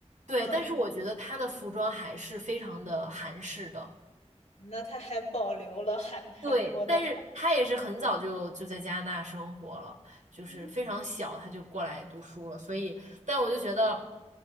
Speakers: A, on the right; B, on the left.
A: 对，
B: 嗯，
A: 但是我觉得他的服装还是非常的韩式的。
B: 那他还保留了韩韩国的传
A: 对，但是他也是很早就就在加拿大生活了，就是非常小他就过来读书了，
B: 统嗯，
A: 所以，但我就觉得，